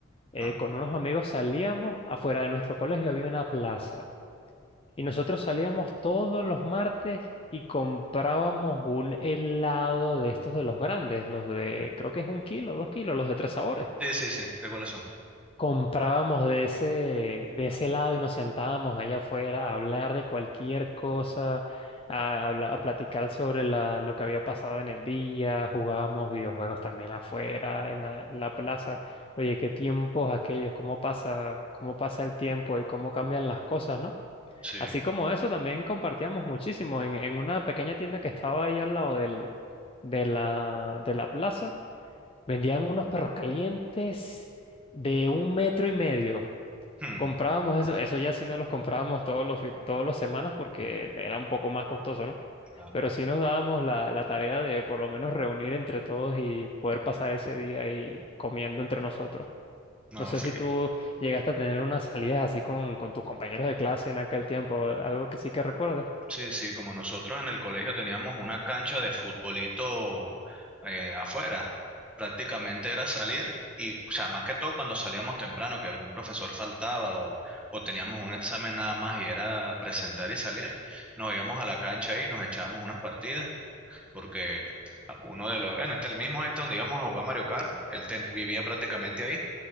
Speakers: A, on the left; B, in the centre.
A: Eh,
B: Ajá.
A: con unos amigos salíamos, afuera de nuestro colegio había una plaza. Y nosotros salíamos todos los martes y comprábamos un helado de estos de los grandes, los de, creo que es un kilo, dos kilos, los de tres sabores.
B: Sí, sí, sí, sé cuáles son.
A: comprábamos de ese, de ese lado y nos sentábamos allá afuera a hablar de cualquier cosa, a, habla- a platicar sobre la, lo que había pasado en el día, jugábamos videojuegos también afuera, en la, en la plaza. Oye, qué tiempos aquellos, cómo pasa, cómo pasa el tiempo y cómo cambian las cosas, ¿no?
B: Sí.
A: Así como eso, también compartíamos muchísimo en, en una pequeña tienda que estaba ahí al lado del, de la, de la plaza. Vendían unos perros calientes de un metro y medio.
B: Hmm,
A: Comprábamos eso, eso ya sí no los comprábamos todos los, fin- todos los semanas porque era un poco más costoso, ¿no?
B: claro.
A: Pero sí nos dábamos la, la tarea de por lo menos reunir entre todos y poder pasar ese día ahí comiendo entre nosotros.
B: No,
A: No sé
B: fíjate.
A: si tú llegaste a tener unas salidas así con, con tus compañeros de clase en aquel tiempo, algo que sí que recuerdes.
B: Sí, sí, como nosotros en el colegio teníamos una cancha de futbolito eh, afuera, prácticamente era salir y, o sea, más que todo cuando salíamos temprano, que algún profesor faltaba o, o teníamos un examen nada más y era presentar y salir, nos íbamos a la cancha ahí y nos echábamos unas partidas, porque uno de los, bueno, este el mismo este donde íbamos a jugar Mario Kart, él ten- vivía prácticamente ahí